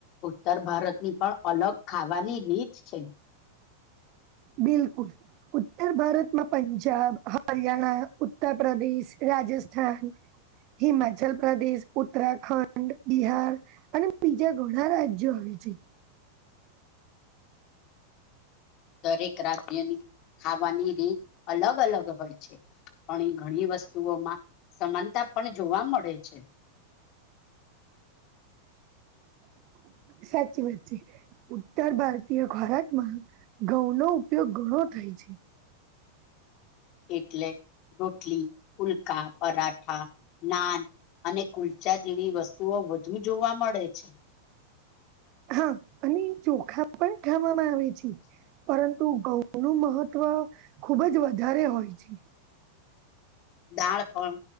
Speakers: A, on the left; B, on the right.
A: ઉત્તર ભારતની પણ અલગ ખાવાની રીચ છે.
B: બિલકુલ ઉત્તર ભારતમાં પંજાબ હરિયાણા ઉત્તર પ્ર્દેશ રાજસ્થાન, હિમાચલ પ્રદેશ, ઉત્તરાખંડ, બિહાર અને બીજા ઘણા રાજ્યો આવે જી.
A: દરેક રાજ્યની ખાવાની રીત અલગ અલગ હોય છે. ઘણી ઘણી વસ્તુઓમાં સમાનતા પણ જોવા મળે છે.
B: <unintelligible> સાચી વાત છે ઉત્તર ભારતીય ખોરાકમાં ઘઉં નો ઉપયોગ ઘણો થાય છે
A: એટલે રોટલી ફુલકા પરાઠા નાન અને કુલ્ચા જેવી વસ્તુઓ વધુ જોવા મળે છે
B: હા અને ચોખા પણ ખાવામાં આવે છે પરંતુ ઘઉંનું મહત્ત્વ ખુબ જ વધારે હોય છે
A: દાળ પણ